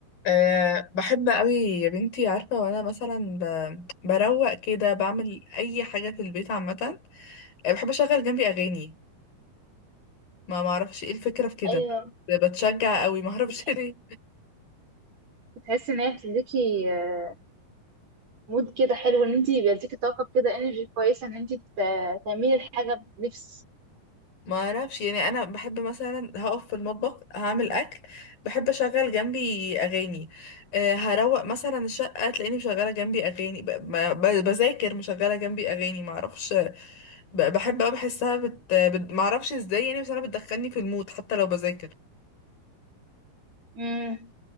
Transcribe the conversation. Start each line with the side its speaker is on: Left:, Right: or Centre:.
Left: أه بحب قوي يا بنتي عارفة وانا مثلا ب... بروق كده بعمل اي حاجة في البيت عامة أه بحب اشغل جنبي اغاني ما معرفش ايه الفكرة في كده
Right: ايوه
Left: بتشجع قوي ما اعرفش
Right: بتح-
Left: <laughs> ليه
Right: بتحسي ان هي بتديكي آه، مود كده حلو ان انت بيديكي طاقه كده انرجي كويسه ان انت تعملي الحاجه بنفس
Left: ما اعرفش يعني انا بحب مثلا هقف في المطبخ هعمل اكل بحب اشغل جنبي اغاني أه هروق مثلا الشقة تلاقيني مشغلة جنبي اغاني ب... ب... بذاكر مشغلة جنبي اغاني ما اعرفش ب- بحب قوي بحسها بت... بت... ما اعرفش ازاي يعني بس انا بتدخلني في المود حتى لو بذاكر
Right: امم